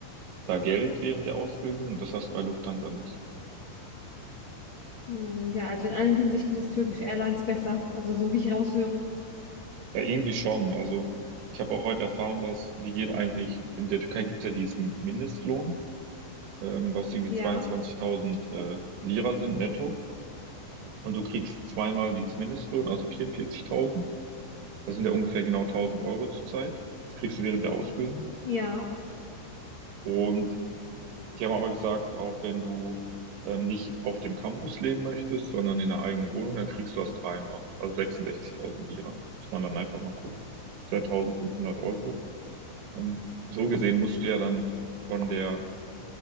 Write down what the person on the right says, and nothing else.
da Geld während der Ausbildung und das hast du bei Lufthansa nicht.
Ja, irgendwie schon. Also ich habe auch heute erfahren, dass die geben eigentlich, in der Türkei gibt's ja diesen Mindestlohn, ähm, was irgendwie
22.000 äh, Lira sind netto. Und du kriegst zweimal dieses Mindestlohn, also 44.000. Das sind ja ungefähr genau tausend Euro zurzeit. Das kriegst du während der Ausbildung.
Und die haben aber gesagt, auch wenn du ähm, nicht auf dem Campus leben möchtest, sondern in einer eigenen Wohnung, dann kriegst du das dreimal. Also 66.000 Lira. Muss man dann einfach mal gucken. Das sind 1500 Euro. Ähm, so gesehen musst du ja dann von der,